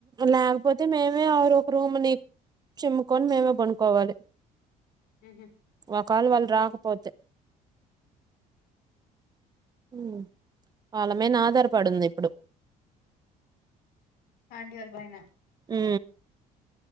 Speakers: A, on the right; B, on the left.
A: లేకపోతే మేమే ఆరు ఒక రూమ్ని చిమ్ముకొని మేమే కొనుకోవాలి
B: ఉహు
A: ఒక యల వాళ్ళు రాకపోతే ఉ వాళ్ళ మీద అధారి పడుంది ఇప్పుడు
B: అంటి వాళ్ళపైన
A: ఊ